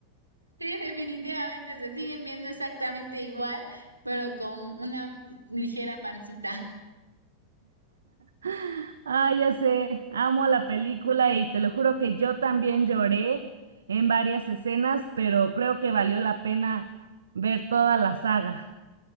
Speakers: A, on the right; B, on the right.
A: Sí, definitivamente se siguen viendo exactamente igual, pero con una ligera pancita.
B: <laughs> Ah, ya sé, amo la película y te lo juro que yo también lloré en varias escenas, pero creo que valió la pena ver toda la saga.